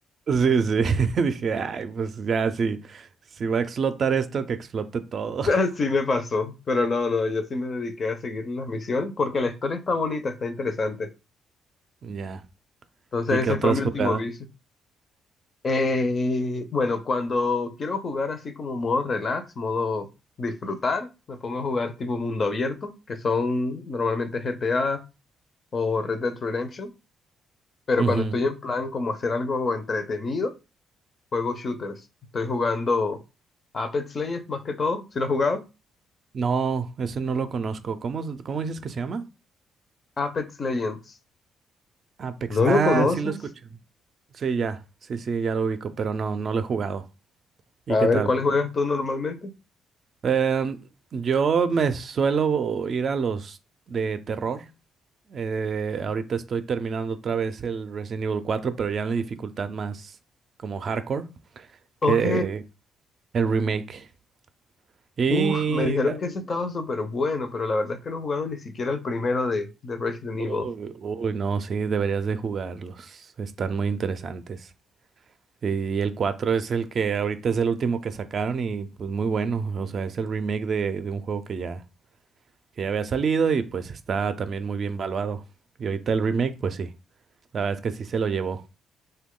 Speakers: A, on the right; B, on the left.
A: Sí, sí. <laughs> Dije, ay, pues ya, sí. Si va a explotar esto, que explote todo. <laughs>
B: Así me pasó, pero no, no, yo sí me dediqué a seguir las misiones porque la historia está bonita, está interesante.
A: Ya.
B: Entonces
A: ¿Y qué
B: ese
A: otras
B: fue mi último
A: jugadas?
B: vicio. Eh, bueno, cuando quiero jugar así como modo relax, modo disfrutar, me pongo a jugar tipo mundo abierto, que son normalmente GTA o Red Dead Redemption, pero
A: Ujú.
B: cuando estoy en plan como hacer algo entretenido. Juego shooters. Estoy jugando Apex Legends más que todo. ¿Si lo has jugado?
A: No, ese no lo conozco. ¿Cómo, se- cómo dices que se llama?
B: Apex Legends.
A: Apex.
B: ¿No
A: Ah,
B: lo conoces?
A: sí lo escuché. Sí, ya, sí, sí, ya lo ubico, pero no, no lo he jugado. ¿Y
B: A
A: qué
B: ver,
A: tal?
B: ¿cuáles juegas tú normalmente?
A: Em, yo me suelo ir a los de terror. Eh, ahorita estoy terminando otra vez el Resident Evil 4, pero ya en la dificultad más como hardcore que
B: Ok.
A: el remake. Y,
B: Uf, me dijeron que ese Mm. estaba súper bueno, pero la verdad es que no he jugado ni siquiera el primero de, de Resident
A: uy,
B: Evil.
A: uy, no, sí, deberías de jugarlos. Están muy interesantes. Y el 4 es el que ahorita es el último que sacaron y pues muy bueno. O sea, es el remake de, de un juego que ya que ya había salido y pues está también muy bien valuado. Y ahorita el remake, pues sí, la verdad es que sí se lo llevó.